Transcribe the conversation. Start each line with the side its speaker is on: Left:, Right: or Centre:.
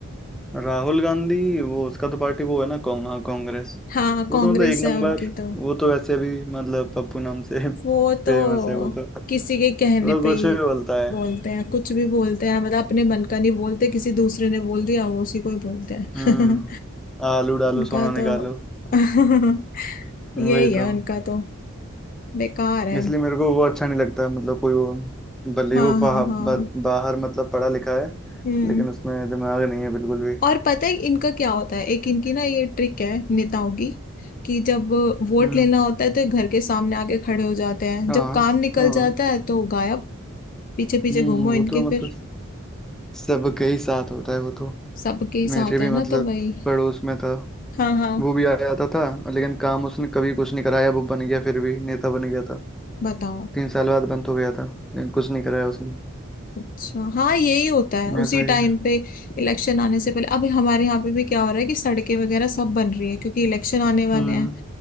Centre: राहुल गांधी वो उसका तो पार्टी वो है ना कांग, हाँ, कांग्रेस
Left: हाँ
Centre: वो
Left: कांग्रेस
Centre: तो मतलब एक
Left: है
Centre: नंबर
Left: उनकी तो
Centre: वो तो वैसे भी मतलब पप्पू नाम से <laughs> फेमस
Left: वो तो
Centre: है वो तो
Left: किसी के कहने
Centre: मतलब
Left: पे
Centre: कुछ
Left: ही
Centre: भी बोलता है
Left: बोलते हैं कुछ भी बोलते हैं मतलब अपने मन का नहीं बोलते किसी दूसरे ने बोल दिया वो उसी को ही बोलते हैं
Centre: हम्म
Left: <laughs>
Centre: आलू डालो
Left: उनका
Centre: सोना
Left: तो
Centre: निकालो
Left: <laughs>
Centre: वही
Left: यही है
Centre: तो
Left: उनका तो बेकार है
Centre: इसलिए मेरे को वो अच्छा नहीं लगता मतलब कोई वो भले
Left: हाँ
Centre: ही वो
Left: हाँ
Centre: बाहर,
Left: हाँ
Centre: बाहर मतलब पढ़ा लिखा है
Left: हम्म
Centre: लेकिन उसमें दिमाग नहीं है बिल्कुल भी
Left: और पता है इनका क्या होता है एक इनकी ना ये ट्रिक है नेताओं की कि जब वोट
Centre: हम्म
Left: लेना होता है तो ये घर के सामने आके खड़े हो जाते हैं
Centre: हाँ
Left: जब काम निकल
Centre: हाँ
Left: जाता है तो गायब पीछे पीछे
Centre: हम्म
Left: घूमो
Centre: वो
Left: इनके
Centre: तो मतलब
Left: फिर
Centre: सबके ही साथ होता है वो तो
Left: सबके ही
Centre: मेरे
Left: साथ
Centre: भी
Left: है
Centre: मतलब
Left: ना तो वही
Centre: पड़ोस में था
Left: हाँ हाँ
Centre: वो भी आ जाता था लेकिन काम उसने कभी कुछ नहीं कराया वो बन गया फिर भी नेता बन गया था
Left: बताओ
Centre: तीन साल बाद बंद हो गया था लेकिन कुछ नहीं कराया उसने
Left: अच्छा हाँ यही होता है उसी
Centre: ऐसा
Left: टाइम
Centre: ही है।
Left: पे इलेक्शन आने से पहले अभी हमारे यहाँ पे भी क्या हो रहा है कि सड़कें वगैरह सब बन रही है क्योंकि इलेक्शन आने वाले
Centre: हम्म
Left: हैं